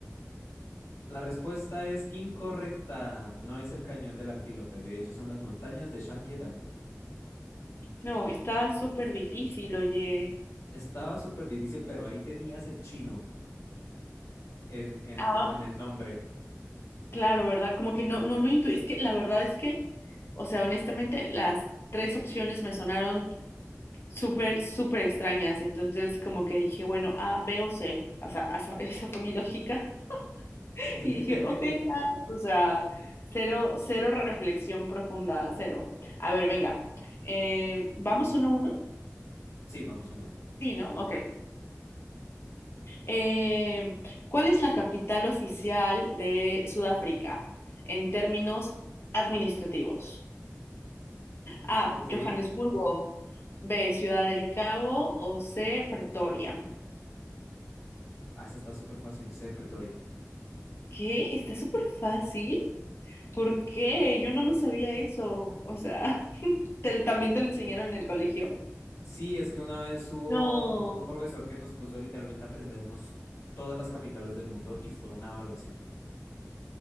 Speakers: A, on the left (about 70°); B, on the left (about 50°).
A: La respuesta es incorrecta. No es el cañón del Antílope. De hecho, son las montañas de shangye
B: No, está súper difícil, oye.
A: Estaba súper difícil, pero ahí tenías el chino en, en,
B: Ah,
A: en, en el nombre.
B: claro, ¿verdad? Como que no, no, no intu- Es que la verdad es que, o sea, honestamente, las tres opciones me sonaron súper, súper extrañas. Entonces, como que dije, bueno, A, B o C. O sea, esa, <laughs> esa fue mi lógica. <laughs>
A: <laughs>
B: Y dije, ok, ya. O sea, cero, cero reflexión profunda, cero. A ver, venga. Eh, ¿vamos uno a uno?
A: Sí, vamos uno a uno.
B: Sí, ¿no? Ok. Eh, ¿cuál es la capital oficial de Sudáfrica en términos administrativos? A.
A: Ok.
B: Johannesburgo. B. Ciudad del Cabo. O C. Pretoria.
A: Ah, esa está súper fácil. C, Pretoria.
B: ¿Qué? Está súper fácil. ¿Por qué? Yo no me sabía eso. O sea, <laughs> ¿te- ¿también te lo enseñaron en el colegio?
A: Sí, es que una vez hubo
B: No.
A: un profesor que nos puso literalmente a aprendernos todas las capitales del mundo y fue una evaluación.